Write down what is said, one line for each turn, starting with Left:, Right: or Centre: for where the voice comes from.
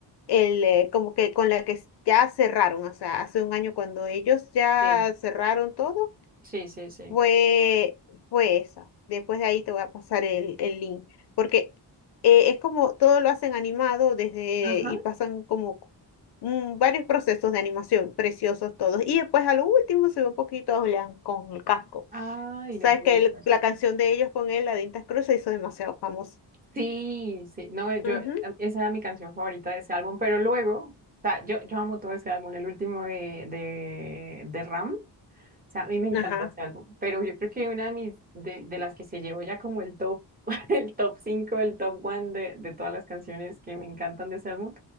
Left: el eh, como que con la que s- ya cerraron. O sea, hace un año cuando ellos ya
Right: Sí,
Left: cerraron todo.
Right: sí, sí, sí.
Left: Fue, fue esa. Después de ahí te voy a pasar el, el link. Porque eh, es como todo lo hacen animado desde
Right: Ajá.
Left: y pasan como mm, varios procesos de animación, preciosos todos. Y después a lo último se ve un poquito a Julián con el casco.
Right: Ay,
Left: Sabes
Right: no puede
Left: que el-
Right: ser.
Left: la canción de ellos con él, la de Intas Cruz, se hizo demasiado famosa.
Right: Sí, sí, no, eh, yo,
Left: Ujú,
Right: em, esa era mi canción favorita de ese álbum, pero luego, o sea, yo, yo amo todo ese álbum, el último de, de, de Ram, o sea, a mí me encanta
Left: Ajá.
Right: ese álbum, pero yo creo que una de mis, de, de las que se llevó ya como el top, <laughs> el top 5, el top one de, de todas las canciones que me encantan de ese álbum,